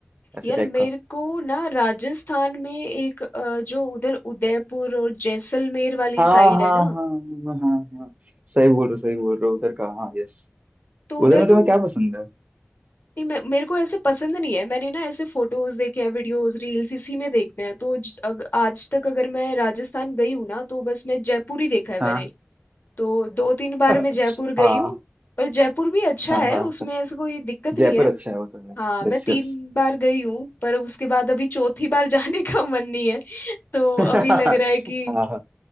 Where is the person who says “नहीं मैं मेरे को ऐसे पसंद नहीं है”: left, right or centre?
Left